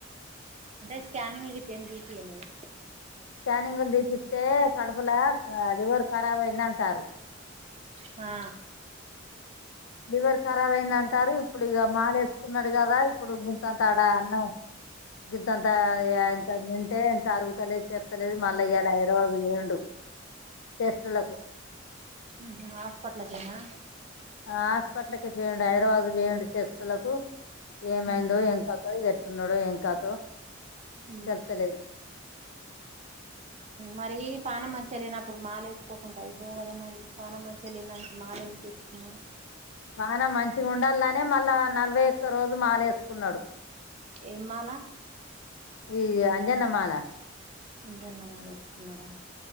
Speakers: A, on the right (about 35°); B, on the left (about 75°).
A: అంటే స్కానింగ్ లు గిట్ల ఏమీ తీపీయలేద
B: స్కానింగ్ లు తీపిత్తే కడపులా లివర్ ఖరాబయిందంటారు
A: హా
B: లివర్ కరాబైదం రు ఇప్పుడు ఇక మాలేసుకున్నాడు కదా ఇప్పుడు గితంత ఆడ అన్నం గితంత ఇంత తింటే ఇంత అరుగుతలే చెత్తలేదు మళ్ళ ఇలా హైదరాబాదు పొయిండు చేష్టులకు
A: మ్ హ్ హాస్పట్లకేనా
B: ఆ హాస్పిట్లకే పొయిండు హైదరాబాద్ కు పొయిండు చెస్టులకు ఏమైందో
A: ఉమ్
B: ఏం కతో ఎట్టున్నాడో ఏంకతో
A: ఉమ్
B: తలుత్త లేద్
A: మరీ పానం మంచిగా లేనప్పుడు మాల వేసుకోకుండా అయిపో కదా మరి పానం మంచిగా లేన్దానికి మాల ఎందుకు వేసుకున్నారు
B: కాన మంచిగా ఉండాలలానే మళ్ళా నలభై ఒక్క రోజు మాలేసుకున్నాడు
A: ఏమ్ మాల
B: ఈ అంజన్నమాల
A: అంజన్నమాల వేస్కున్నాడా